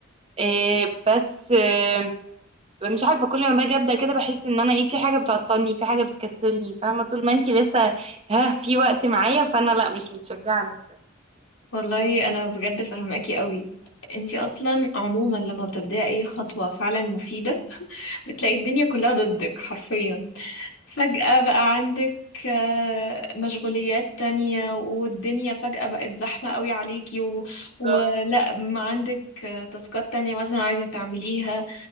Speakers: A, on the right; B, on the left.
A: آه، بس آه، مش عارفه كل ما باجي ابدا كده بحس ان انا ايه في حاجه بتعطلني في حاجه بتكسلني فاهمه طول ما انتي لسه ها في وقت معايا فانا لا مش متشجعه لسه
B: والله انا بجد فاهماكي قوي انتي اصلا عموما لما بتبدأي اي خطوه فعلا مفيده <laughs> بتلاقي الدنيا كلها ضدك حرفيا فجأة بقى عندك آه، مشغوليات تانية والدنيا فجأة بقت زحمة قوي عليكي و... ولا
A: بالظبط
B: ما عندك آه، تاسكات تانية مثلا عايزة تعمليها